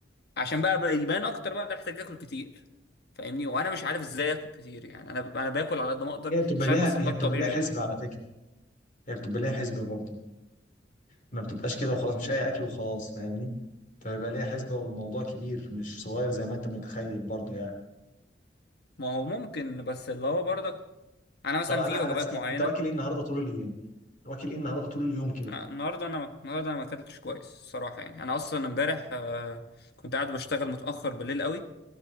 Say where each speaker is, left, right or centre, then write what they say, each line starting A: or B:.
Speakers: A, on the left (about 65°); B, on the left (about 50°).
A: عشان بقى بقى يبان اكتر بقى ده احتاج اكل كتير فاهمني وانا مش عارف ازاي اكل كتير يعني انا انا باكل على قد ما اقدر
B: هي بتبقى
A: مش
B: ليها
A: عارف اصلا
B: هي
A: ده الطبيعي
B: بتبقى ليها حسبة
A: ولا-
B: على فكرة هي بتبقى ليها حسبة برضه ما بتبقاش كده وخلاص
A: مهم.
B: مش اي اكل وخلاص فاهمني؟ فبيبقى ليها حسبة والموضوع كبير مش صغير زي ما انت متخيل برضه يعني
A: ما هو ممكن بس اللي هو برضك انا مثلا
B: طب انا
A: في وجبات
B: انا هسألك
A: معينه
B: انت واكل ايه النهارده طول اليوم؟ واكل ايه النهارده طول اليوم كده؟
A: آه، النهارده انا النهارده انا ما اكلتش كويس الصراحه يعني انا اصلا امبارح آه، كنت قاعد بشتغل متاخر بالليل قوي